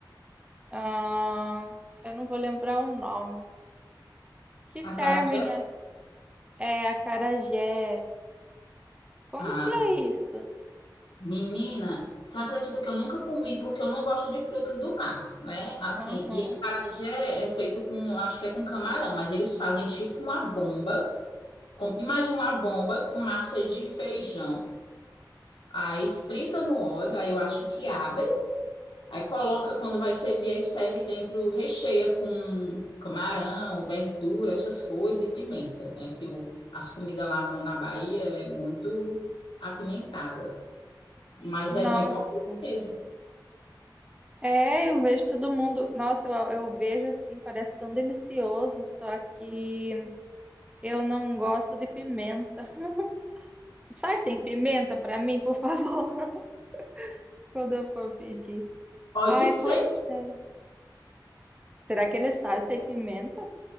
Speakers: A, on the right; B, on the left.
A: Ah, eu não vou lembrar o nome. Que servem
B: Acarajé.
A: assim. É, acarajé. Como
B: Ah,
A: que é isso?
B: menina, você acredita que eu nunca comi porque eu não gosto de frutos do mar, né? Assim,
A: Aham.
B: e acarajé é feito com, acho que é com camarão, mas eles fazem tipo uma bomba. com- imagina uma bomba com massa de feijão. Aí frita no óleo, aí eu acho que abre Aí coloca, quando vai servir, aí serve dentro, recheia com camarão, verdura, essas coisas e pimenta, né? Que o, as comidas lá no- na Bahia é muito apimentada, mas
A: Nossa.
B: é bem pouco mesmo.
A: É, eu vejo todo mundo. Nossa, eu, eu vejo assim, parece tão delicioso, só que eu não gosto de pimenta. <laughs> Sai sem pimenta pra mim, por favor, <laughs> quando eu for pedir.
B: Pode
A: Ai,
B: ser.
A: pois é. Será que eles fazem sem pimenta?